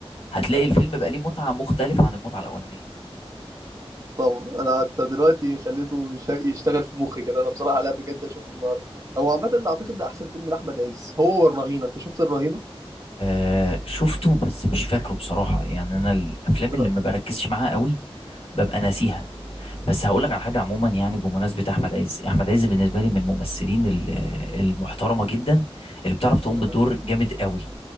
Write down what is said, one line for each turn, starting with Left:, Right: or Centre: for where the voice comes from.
Left: هتلاقي
Right: آه.
Left: الفيلم بقى ليه متعة مختلفة عن المتعة الاولانية
Right: طبعا انا حتى دلوقتي خليته يش- يشتغل في مخي كده انا بصراحه لا بجد اشوفه النهارده هو عامه اعتقد ده احسن فيلم لاحمد عز هو والرهينه انت شفت الرهينه
Left: آه شفته بس مش فاكره بصراحة يعني انا الافلام
Right: لا.
Left: اللي ما بركزش معاها قوي ببقى ناسيها بس هقول لك على حاجة عموما يعني بمناسبة احمد عز احمد عز بالنسبة لي من الممثلين ال- المحترمة جدا اللي بتعرف تقوم
Right: آه.
Left: بالدور جامد قوي